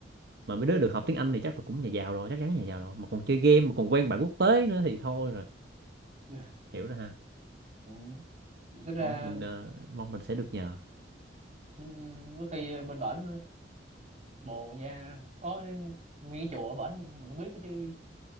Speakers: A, on the right (about 60°); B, on the right (about 40°).
A: mà mấy đứa được học tiếng Anh thì chắc là cũng nhà giàu rồi chắc chắn nhà giàu rồi mà còn chơi game mà còn quen bạn quốc tế nữa thì thôi rồi
B: <laughs>
A: hiểu rồi ha
B: ừ. tính ra
A: thôi mình ờ, mong mình sẽ được nhờ
B: ừ, có khi bên bển bồ nha có nguyên cái chùa ở bển mình không biết đó chứ